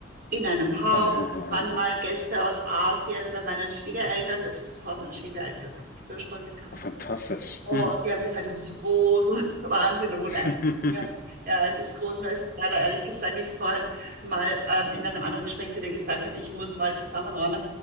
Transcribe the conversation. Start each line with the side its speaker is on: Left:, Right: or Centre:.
Right: in einem Haus.
Left: Ah,
Right: Waren mal Gäste aus Asien bei meinen Schwiegereltern. Das ist das Haus meiner Schwiegereltern ursprünglich.
Left: oh, fantastisch.
Right: Und
Left: Mm.
Right: die haben gesagt, das ist so groß und <laughs> Wahnsinn, da wurde
Left: <laughs>
Right: ein. Ja, ja, es ist groß, nur es ist leider ehrlich gesagt, wie ich vorhin mal ähm, in einem anderen Gespräch zu dir gesagt habe, ich muss mal zusammenräumen.